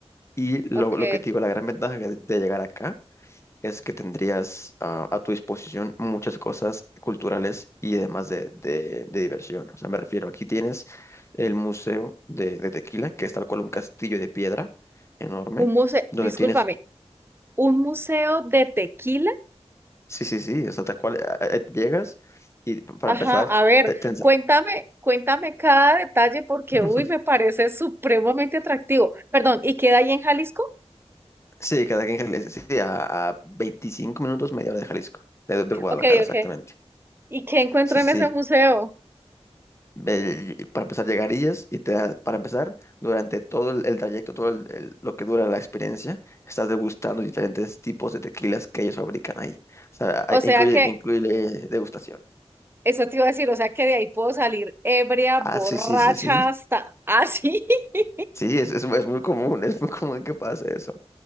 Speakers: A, on the left; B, on the right.
A: Y
B: Ok.
A: lo, lo que te digo, la gran ventaja de, de llegar acá es que tendrías ah, a tu disposición muchas cosas culturales y además de, de- de diversión. O sea, me refiero, aquí tienes el Museo de, de Tequila, que es tal cual un castillo de piedra enorme
B: Un museo,
A: donde
B: discúlpame,
A: tienes
B: un museo de tequila.
A: Sí, sí, sí, o sea, tal cual eh, eh, llegas y p- para
B: Ajá,
A: empezar,
B: a ver,
A: te, te ens-
B: cuéntame, cuéntame cada detalle porque,
A: <laughs>
B: uy, me parece supremamente atractivo. Perdón, ¿y queda ahí en Jalisco?
A: sí, cada quien que le dice, sí, sí, a, a 25 minutos, media hora de Jalisco, de, de Guadalajara,
B: Ok,
A: exactamente.
B: ok. ¿Y qué encuentro
A: Sí,
B: en
A: sí,
B: ese museo?
A: el- para empezar llegarías y te da- para empezar, durante todo el, el trayecto, todo el- el- lo que dura la experiencia, estás degustando diferentes tipos de tequilas que ellos fabrican ahí. O sea,
B: O
A: hay-
B: sea
A: incluye,
B: que,
A: incluye degustación.
B: eso te iba a decir, o sea que de ahí puedo salir ebria,
A: Ah,
B: borracha,
A: sí, sí, sí, sí.
B: hasta así. <laughs>
A: Sí, es, es, es muy común, <laughs> es muy común que pase eso.